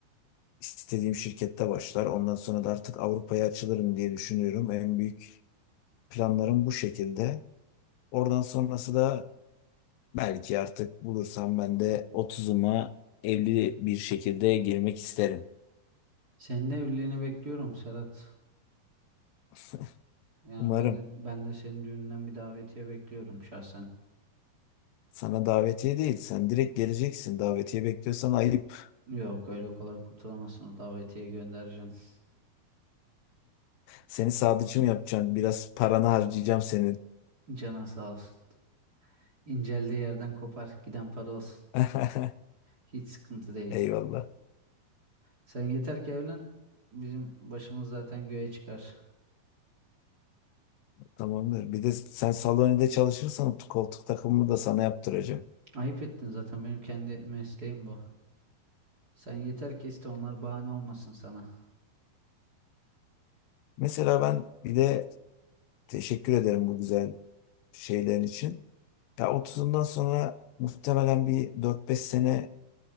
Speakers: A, on the left (about 75°); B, on the right (about 25°).
A: istediğim şirkette başlar. Ondan sonra da artık Avrupa'ya açılırım diye düşünüyorum. En büyük Planlarım bu şekilde. Oradan sonrası da belki artık bulursam ben de 30'uma evli bir şekilde girmek isterim.
B: Senin de evliliğini bekliyorum Serhat.
A: <laughs>
B: Yani
A: Umarım.
B: ben de ben de senin düğününden bir davetiye bekliyorum şahsen.
A: Sana davetiye değil. Sen direkt geleceksin. Davetiye bekliyorsan ayıp.
B: Yok öyle kolay kurtulamazsın o davetiyeyi göndereceksin.
A: Seni sadıcı mı yapacağım? Biraz paranı harcayacağım senin.
B: Canın sağ olsun. İnceldiği yerden kopar giden para olsun.
A: <laughs>
B: Hiç sıkıntı değil.
A: Eyvallah.
B: Sen yeter ki evlen. Bizim başımız zaten göğe çıkar.
A: Tamamdır. Bir de sen salonide çalışırsan koltuk takımımı da sana yaptıracağım.
B: Ayıp ettin zaten benim kendi mesleğim bu. Sen yeter ki iste onlar bahane olmasın sana.
A: Mesela ben bir de teşekkür ederim bu güzel şeylerin için. Ya otuzundan sonra muhtemelen bir dört beş sene